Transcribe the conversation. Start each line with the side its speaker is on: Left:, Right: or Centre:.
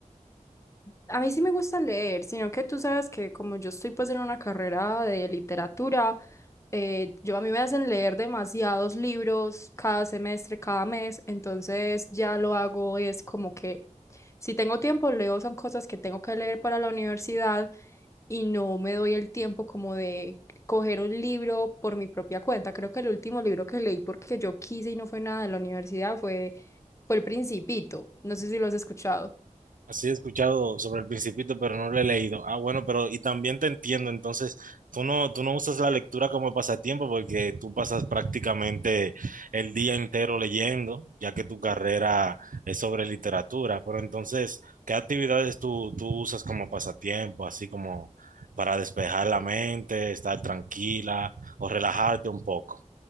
Left: A mí sí me gusta leer, sino que tú sabes que como yo estoy pues en una carrera de literatura, eh, yo a mí me hacen leer demasiados libros cada semestre, cada mes, entonces ya lo hago, es como que si tengo tiempo leo son cosas que tengo que leer para la universidad y no me doy el tiempo como de coger un libro por mi propia cuenta. Creo que el último libro que leí porque yo quise y no fue nada de la universidad fue, fue El Principito. No sé si lo has escuchado.
Right: Así he escuchado sobre el Principito, pero no lo he leído. Ah, bueno, pero y también te entiendo, entonces tú no, tú no usas la lectura como pasatiempo porque tú pasas prácticamente el día entero leyendo, ya que tu carrera es sobre literatura, pero entonces, ¿qué actividades tú, tú usas como pasatiempo, así como para despejar la mente, estar tranquila o relajarte un poco?